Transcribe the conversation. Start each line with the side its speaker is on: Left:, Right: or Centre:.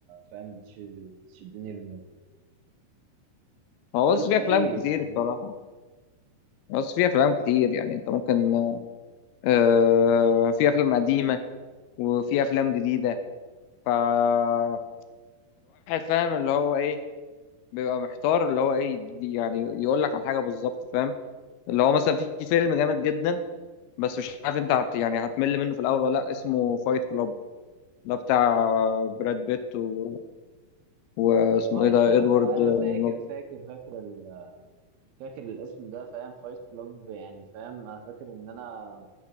Right: فاهم بتش- بتشدني للموفي
Left: هو
Right: فانت
Left: بص في
Right: ايه
Left: افلام كتير
Right: يعني
Left: بصراحه
Right: رأيك؟
Left: بص في افلام كتير يعني انت ممكن آه في افلام قديمه وفي افلام جديده فالواحد فاهم اللي هو ايه بيبقى محتار اللي هو ايه دي- يعني يقول لك على حاجه بالظبط فاهم اللي هو مثلا في في فيلم جامد جدا بس مش عارف انت هت يعني هتمل منه في الاول ولا لا اسمه فايت كلاب ده بتاع براد بيت و... واسمه
Right: فايت
Left: ايه ده
Right: كلاب
Left: ادوارد
Right: ده انا فاكر
Left: نورتن
Right: فاكر فاكر ال- فاكر الاسم ده فاهم فايت كلاب يعني فاهم انا فاكر ان انا